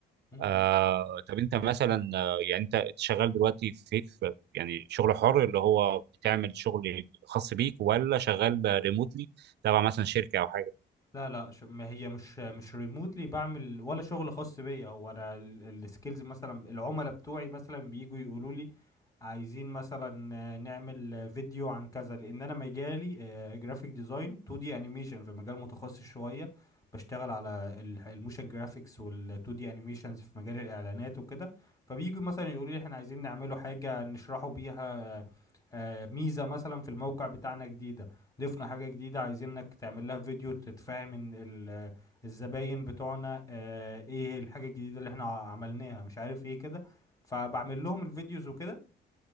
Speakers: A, on the left; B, on the right.
A: مم.
B: آه، طب انت مثلا آه، يعني انت شغال دلوقتي في, في يعني شغل حر اللي هو بتعمل شغل خاص بيك ولا شغال ريموتلي تبع مثلا شركه او حاجه
A: لا لا ش- ما هي مش مش ريموتلي بعمل ولا شغل خاص بيا هو انا السكيلز مثلا العملاء بتوعي مثلا بييجوا يقولوا لي عايزين مثلا آه، نعمل آه، فيديو عن كذا لان انا مجالي جرافيك ديزاين 2 دي انيميشن في مجال متخصص شويه بشتغل على الموشن جرافيكس وال 2 دي انيميشنز في مجال الاعلانات وكده فبييجوا مثلا يقولوا لي احنا عايزين نعمله حاجه نشرحوا بيها آه، ميزه مثلا في الموقع بتاعنا جديده ضفنا حاجة جديدة عايزينك تعمل لها فيديو تتفاهم ان ال- الزباين بتوعنا آه، ايه الحاجة الجديدة اللي احنا ع- عملناها مش عارف ايه كده فبعمل لهم الفيديوز وكده